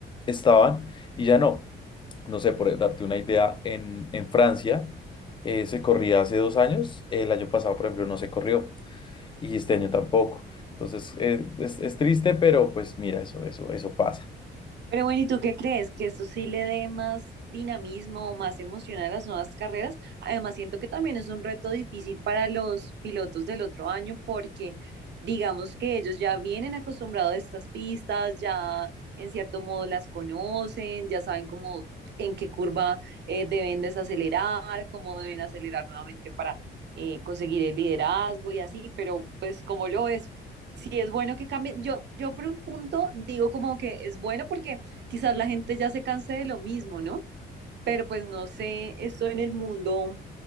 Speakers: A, on the left; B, on the right.
A: estaban y ya no no sé, por darte una idea, en, en Francia eh, se corría hace dos años, el año pasado, por ejemplo, no se corrió y este año tampoco. Entonces, eh, es, es triste, pero pues mira, eso, eso, eso pasa.
B: Pero bueno, ¿y tú qué crees? ¿Que esto sí le dé más dinamismo o más emoción a las nuevas carreras? Además, siento que también es un reto difícil para los pilotos del otro año porque digamos que ellos ya vienen acostumbrados a estas pistas, ya en cierto modo las conocen, ya saben cómo en qué curva eh, deben desacelerar, cómo deben acelerar nuevamente para eh, conseguir el liderazgo y así, pero pues como lo es sí es bueno que cambie. Yo, yo por un punto digo como que es bueno porque quizás la gente ya se canse de lo mismo, ¿no? Pero pues no sé, esto en el mundo